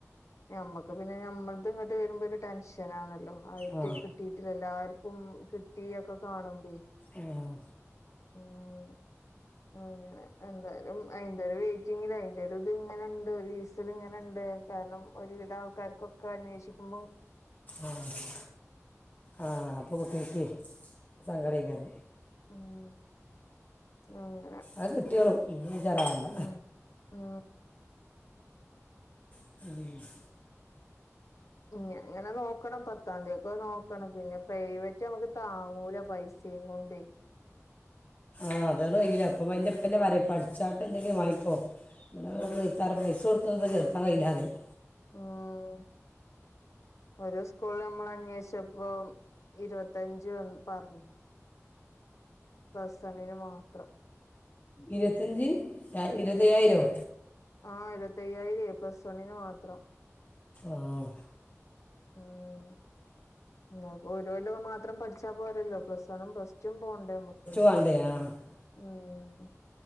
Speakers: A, on the left; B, on the left.
A: ഞമ്മക്ക് പിന്നെ ഞമ്മൾത് ഇങ്ങട്ട് വരുമ്പോരു ടെൻഷനാണല്ലോ. ആഹ്
B: ആ
A: ട്ടി കിട്ടീട്ട് എല്ലാർക്കും കിട്ടിയൊക്കെ കാണുമ്പേ
B: ആഹ്
A: ഉം അങ്ങനെ എന്തായാലും അയിന്റൊരു വെയിറ്റിങ്ങിലായി. ഇവരത് ഇങ്ങനെണ്ട് ഒരു വയസ്സിൽ ഇങ്ങനെണ്ട് കാരണം ഒരുവിധം ആൾക്കാർക്കൊക്കെ അന്വേഷിക്കുമ്പോ
B: ആഹ് ആഹ് അപ്പൊ കുട്ടികക്കെ സങ്കടായികാണും
A: മ്മ് <unintelligible>
B: അത് കിട്ടിയൊളും ഇന്നിജരാവണ്ട.
A: ഉം ഉം
B: <unintelligible>
A: ഇഞ്ഞ് അങ്ങനെ നോക്കണം പത്താം തീ <unintelligible> നോക്കണം പിന്നെ പ്രൈവറ്റ് നമ്മുക്ക് താങ്ങൂല പൈസിംകോണ്ടേ
B: ആഹ് <unintelligible> പറയും പഠിച്ചാട്ട് എന്തെങ്കിലും വങ്ങിക്കോ. <unintelligible>
A: ഉം
B: പൈസ കൊടുത്തൊന്നും പ്പൊ ചേർതാൻ കയ്യില്ല പറയും.
A: ഉം ഓരോ സ്കൂളിൽ നമ്മൾ അന്വേഷിച്ചപ്പോ. ഇരുപത്തഞ്ച് എന്ന് പറഞ്ഞു പ്ലസ് വണ്ണിന് മാത്രം.
B: ഇരുപത്തഞ്ച് ഇരുപത്തയ്യായിരം
A: ആഹ് ഇരുപത്തിയ്യായിരം പ്ലസ് വണിന് മാത്രം.
B: ആഹ്
A: ഉം അ ഒരുല്ലം മാത്രം പഠിച്ചാ പോരല്ലോ പ്ലസ് വണും പ്ലസ് <unintelligible> പോണ്ടേ നമുക്ക്
B: <unintelligible>
A: ഉം